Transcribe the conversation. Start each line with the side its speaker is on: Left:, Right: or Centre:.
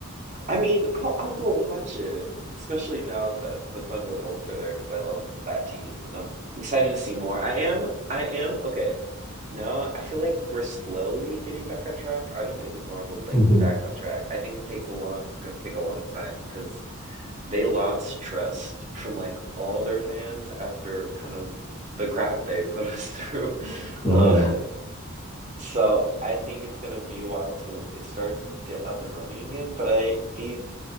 Right: I mean, I'll I'll go watch it, especially now that the Thunderbolts are there because I love that team, and I'm excited to see more. I am, I am okay. No, I feel like we're slowly getting back on track. I don't think Marvel's like
Left: hmm
Right: back on track. I think it takes a long, it's gonna take a long time because they lost trust from like all their fans after kind of the crap they <laughs> put us through.
Left: Oh
Right: Uh,
Left: yeah,
Right: so I think it's gonna be a while till it starts to get up and running again. But I these